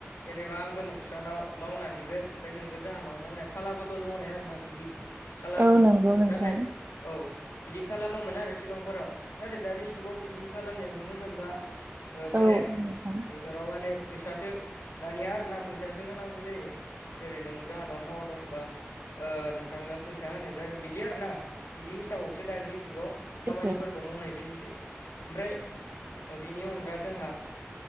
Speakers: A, on the left (about 80°); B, on the right (about 45°).
A: जेनेबा आंबो नोंस्रानाव मावना हैगोन ओमफ्राय नोंबो जाहोनाव मावनाय फाला बदल मावनाय आरोोना बिदि। खालामो
B: औ नंगौ नोंथां
A: नाथाय औ बिदि खालामोमोन आरो सिगांफोराव नाथाय दानि जुगाव बिदि खालामनाय नुनो मोनला। ओ माने
B: औ नोंथां
A: बेफोराव माने फैसासो दानिया आरोना फैसासो होनांगौ जायो जेरै नों जाहोनाव मावलोंबा नोंथांनो फैसा होनाय जागोन बिदि आरोना बिदि हिसाबावसो दानि जुगाव
B: सैथो
A: खामानिफोरखौ खौ मावनाय जायोसै ओमफ्राय बेनि अनगा जोंहा